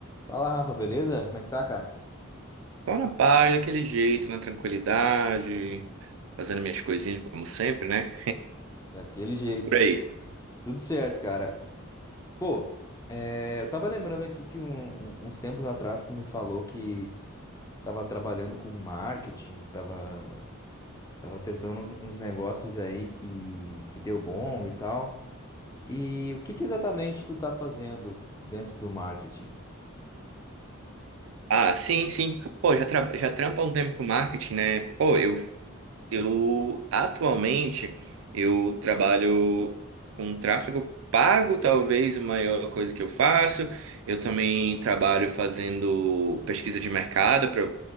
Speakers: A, on the left; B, on the right.
A: Fala, Rafa, beleza? Como é que tá, cara?
B: Só na paz, daquele jeito, na tranquilidade, fazendo minhas coisinhas como sempre, né?
A: Daquele jeito.
B: Por aí.
A: Tudo certo, cara. Pô, é, eu tava lembrando aqui que um- um- uns tempos atrás tu me falou que tava trabalhando com marketing, tava, tava testando uns, uns negócios aí que, que deu bom e tal. E o que que exatamente tu tá fazendo dentro do marketing?
B: Ah, sim, sim. Pô, já, tra já trampo há um tempo com marketing, né? Pô, eu, eu atualmente eu trabalho com tráfego pago, talvez a maior coisa que eu faço. Eu também trabalho fazendo pesquisa de mercado para